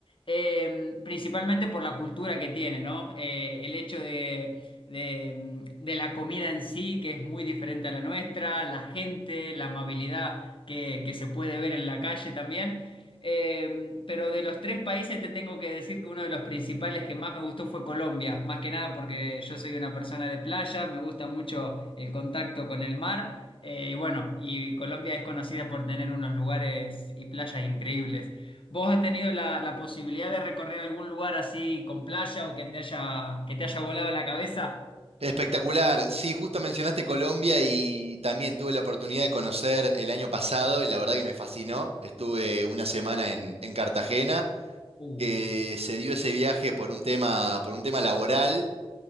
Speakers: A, on the left; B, on the right.
A: eh, principalmente por la cultura que tiene, ¿no? Eh, el hecho de, de, mm, de la comida en sí, que es muy diferente a la nuestra, la gente, la amabilidad que, que se puede ver en la calle también. Eh, pero de los tres países te tengo que decir que uno de los principales que más me gustó fue Colombia, más que nada porque yo soy una persona de playa, me gusta mucho el contacto con el mar, eh, y bueno, y Colombia es conocida por tener unos lugares y playas increíbles. ¿Vos has tenido la, la posibilidad de recorrer algún lugar así con playa o que te haya, que te haya volado la cabeza?
B: Espectacular. Sí, justo mencionaste Colombia y también tuve la oportunidad de conocer el año pasado y la verdad que me fascinó. Estuve una semana en, en Cartagena,
A: Uh,
B: que se dio ese viaje por un tema, por un tema laboral